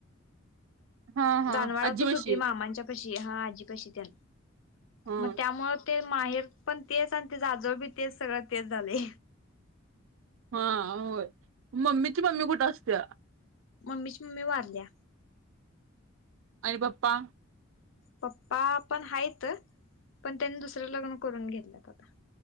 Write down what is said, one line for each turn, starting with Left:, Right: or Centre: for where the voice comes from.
Right: हा हा
Left: दानवाडातच
Right: आजी बशी
Left: होती मामांच्या पशी हा आजीपाशी त्या
Right: हा
Left: मग त्यामु ते माहेर पण तेच आणि ते जाजळ बी तेच सगळं तेच झाले
Right: हा होय मम्मीची मम्मी कुठे असते
Left: मम्मीची मम्मी वारल्या
Right: आणिर पप्पा
Left: पप्पा पण हयच पण त्यानी दुसर्या लग्न करून घेतल्यात आता